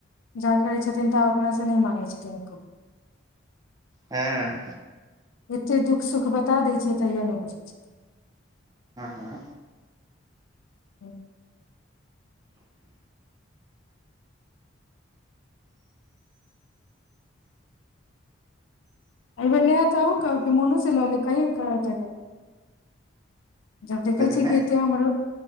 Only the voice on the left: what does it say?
जा करै छथिन ता ओकरा सँ नहि माँ्गै छथिन क
एते दुःख सुख बता दै छियै तैयो नहि बुझै छथिन
ह एहि बेर न त कह मोनु से लऽ ले कही द जब देखै
छियै कि एतेक हमर